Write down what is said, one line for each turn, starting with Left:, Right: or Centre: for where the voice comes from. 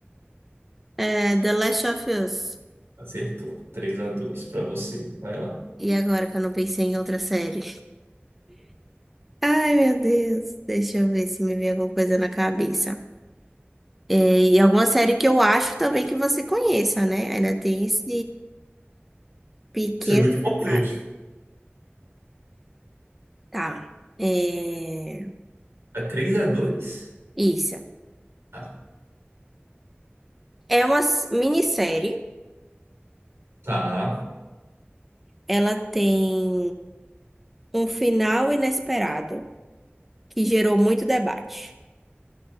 Centre: É The Last of Us.
Right: Acertou. 3 a 2 para você. Vai lá.
Centre: E agora que eu não pensei em outra série? Ai, meu Deus. Deixa eu ver se me vem alguma coisa na cabeça. É, e alguma série que eu acho também que você conheça, né? Ainda tem esse pequeno
Right: Isso é muito importante.
Centre: detalhe. Tá. É...
Right: A 3 a 2?
Centre: Isso.
Right: Ah,
Centre: É uma s- minissérie.
Right: tá.
Centre: Ela tem um final inesperado que gerou muito debate.